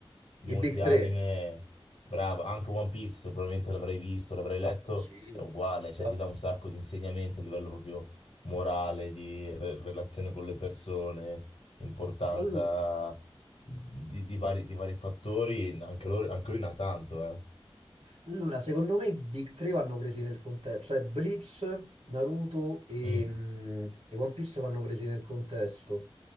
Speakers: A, on the left; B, on the right.
A: molti
B: I Big
A: anime,
B: 3.
A: bravo, anche One Piece probabilmente l'avrei visto, l'avrei letto,
B: Sì.
A: è uguale, cioè
B: Ma-
A: ti dà un sacco di insegnamenti a livello proprio morale, di re- relazione con le persone, importanza
B: All-
A: di, di vari, di vari fattori, anche loro- anche lui ne ha tanto, eh.
B: Allora, secondo me i Big 3 vanno presi nel contesto, cioè Blitz, Naruto e,
A: Mm.
B: mm, e One Piece vanno presi nel contesto,